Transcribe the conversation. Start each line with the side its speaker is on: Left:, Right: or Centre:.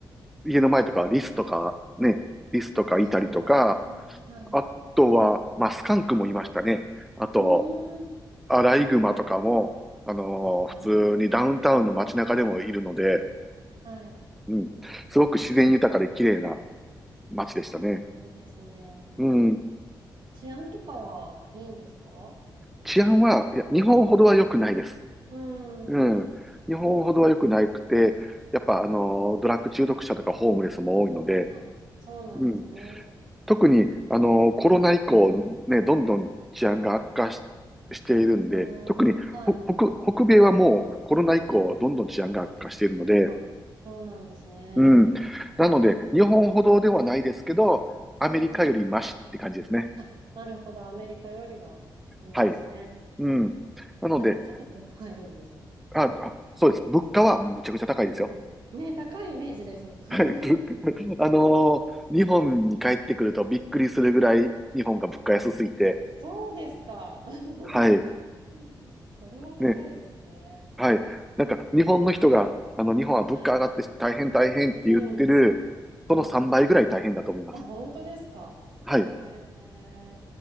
Centre: 家の前とかリスとかね、リスとかいたりとか、
Right: へえ。はい。う
Centre: あとは、まあ、スカンクもいましたね。あと、
Right: ーん。
Centre: アライグマとかも、あのー普通にダウンタウンの街中でもいるので、
Right: へえ。はい。
Centre: うん、すごく自然豊かで綺麗な街でしたね。
Right: あいいですね。
Centre: うん、
Right: 治安とかはいいんですか
Centre: 治安は、いや、日本ほどは良くないです。
Right: う
Centre: うん、
Right: ん。
Centre: 日本ほどは良くなくて、やっぱ、あのードラッグ中毒者とかホームレスも多いので、
Right: あ、そうなんですね。
Centre: うん、特に、あの、コロナ以降、ね、どんどん治安が悪化し、しているんで、
Right: ああ、
Centre: 特にほ北、
Right: はい。
Centre: 北米はもうコロナ以降、どんどん治安が悪化しているので、
Right: あ、そうなんですね。
Centre: うん。なので、日本ほどではないですけど、アメリカよりマシって感じですね。
Right: うん。あ、なるほど。アメリカよりはいいんですね。
Centre: はい。うん。なので、
Right: なんかちょっと物価、はい、どうぞどうぞ。
Centre: あ、あ、そうです。物価はむちゃくちゃ高いですよ。
Right: うん。ね、高いイメージです。<laughs>
Centre: はい。物価 <laughs>、あのー日本に帰ってくるとびっくりするぐらい、日本が物価安すぎて、
Right: あ、そうですか。<laughs>
Centre: はい。
Right: それは高いですね。
Centre: ね、はい。なんか、日本の人が、あの、日本は物価上がって大変大変って言ってる、
Right: はい。うん。うん。
Centre: その3倍ぐらい大変だと思います。
Right: あ、本当ですか。
Centre: はい。
Right: へえ。